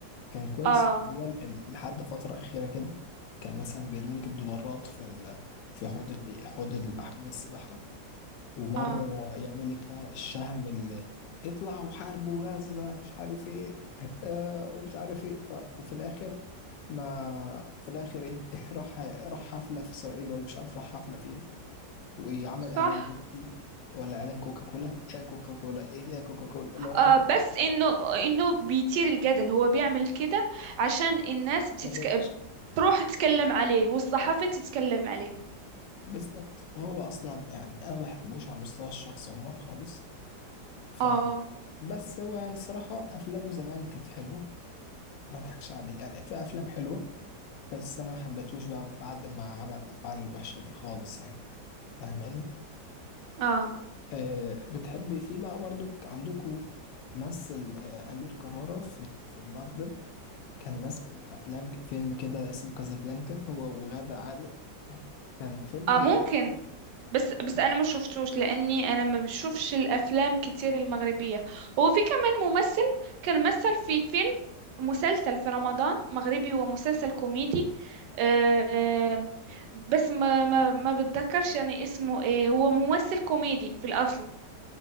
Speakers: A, on the left; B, on the right.
A: كان كويس
B: اه
A: في الاول ال- لحد فتره اخيره كده كان مثلا بيرمي لك الدولارات في ال... في حوض البي... حوض ال- حمام السباحه ومرة
B: اه
A: يعمل لك فيها الشهم اللي اطلع وحاربوا غزة مش عارف ايه آه ومش عارف ايه ف... وفي الاخر ما وفي الاخر ايه <laughs> راح راح حفلة في اسرائيل ولا مش عارف راح حفلة فين وعمل
B: صح
A: اعلان بيبسي ولا اعلان كوكا كولا ايه كوكا كولا ايه يا كوكا كولا اللي هو
B: آه
A: ده
B: بس انه انه بيثير الجدل هو بيعمل كده عشان الناس بتتك...
A: الريتش
B: تروح تتكلم عليه والصحافة تتكلم عليه
A: بالظبط وهو اصلا يعني انا ما بحبوش على المستوى الشخصي عموما خالص ف
B: اه
A: بس هو يعني الصراحة افلامه زمان كانت حلوة ما اضحكش عليه يعني في افلام حلوة بس انا ما حبيتهوش بقى بعد ما عمل الافعال الوحشه دي خالص يعني فاهماني
B: اه
A: أه بتحبي فيه بقى برضو عندكم مثل آه، امير كرارة في في المغرب كان مثل افلام فيلم كده اسمه كازابلانكا هو وغادة عادل كان فيلم
B: اه
A: جميل
B: ممكن
A: جداً.
B: بس بس انا ما شفتوش لاني انا ما بشوفش الافلام كتير المغربيه هو في كمان ممثل كان مثل في فيلم مسلسل في رمضان مغربي هو مسلسل كوميدي آه، بس ما ما ما بتذكرش يعني اسمه ايه هو ممثل كوميدي في الاصل